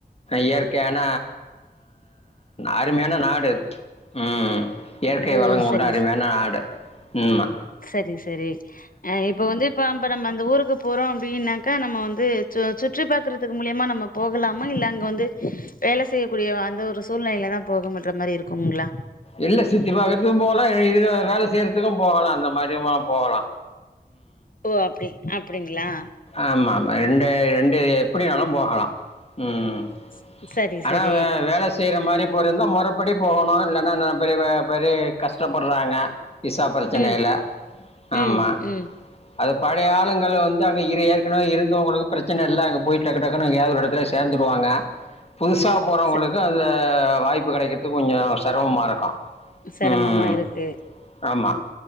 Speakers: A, on the left; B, on the left.
A: இயற்கையான அருமையான நாடு அது உம் உம்
B: ஓ
A: வளங் கொண்ட
B: சரி
A: அருமையான
B: ச
A: நாடு உம்மா
B: சரி சரி அ இப்ப வந்து இப்ப நம்ப நம்ம அந்த ஊருக்கு போறோ அப்டினாக்கா நம்ம வந்து சுற்றி பாக்குறதுக்கு மூலியமா நம்ம போகலாமா இல்ல அங்க வந்து வேல செய்யக்கூடிய அந்த ஒரு சூழ்நிலையில தா போகன்ற மாதிரி இருக்குங்ளா
A: இல்ல சுத்தி பாக்குறதுக்கு போகலா இல்ல வேல செய்யுறதுக்கு போகலா அந்த மாதிரி போகலா
B: ஓ அப்டி அப்டிங்ளா
A: ஆமா ஆமா ரெண்டு ரெண்டு எப்டினாலு போகலா உம்
B: <inaudible>
A: ஆனா
B: சரி
A: வேல செய்ற மாரி இப்ப இருந்த மொறப்படி போகணு இல்லன்னா பெரிய பெரிய கஷ்டப்படுறாங்க விசா பிரச்சனையில்ல
B: ம் ம்
A: ஆமா
B: ம்
A: அது பழைய ஆளுங்கள் வந்து அங்க இரு ஏற்கனவே இருந்தவங்களுக்கு பிரச்சன இல்ல அங்க போயி டக்கு டக்குனு அங்கேயாது ஒரு எடத்துல சேர்ந்துடுவாங்க புதுசாக போறவங்களுக்கு
B: ச
A: அந்த வாய்ப்பு கெடைக்குறதுக்கு கொஞ்சோ செரமமா இருக்கு
B: செரமமா
A: உம்
B: இருக்கு
A: ஆமா